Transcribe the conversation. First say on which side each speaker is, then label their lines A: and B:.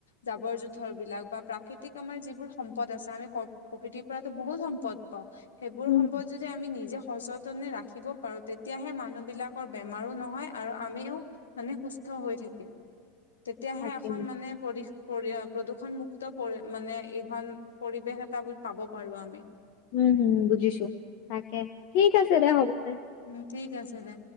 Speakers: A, on the left; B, on the left.
A: জাবৰ জোথৰ বিলাক বা প্ৰাকৃতিক আমাৰ যিবোৰ সম্পদ আছে আমি ক প্ৰকৃতিৰ পৰাতো বহুত সম্পদ পাওঁ সেইবোৰ
B: উম,
A: সম্পদ যদি যদি আমি নিজে সচতনে ৰাখিব পাৰো তেতিয়াহে মানুহ বিলাকৰ বেমাৰো নহয় আৰু আমিও মানে সুস্থ হৈ থাকিম তেতিয়াহে
B: তাকে
A: এখন মানে প্ৰৰিষ প্ৰৰিয়া প্ৰদূষণমুক্ত পৰি মানে এইখন পৰিৱেশ এটা বুলি পাব পাৰো আমি
B: উম হম বুজিছো তাকে ঠিক আছে দে হ'ব দে
A: উম ঠিক আছে দে